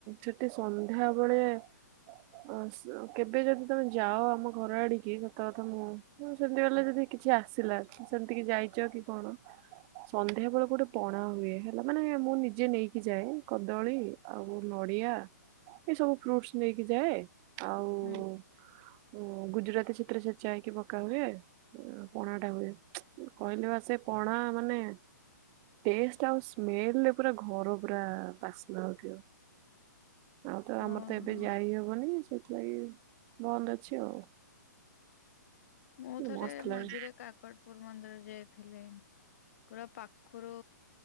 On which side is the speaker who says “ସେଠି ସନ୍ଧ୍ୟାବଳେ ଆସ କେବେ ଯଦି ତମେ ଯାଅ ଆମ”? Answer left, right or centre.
Right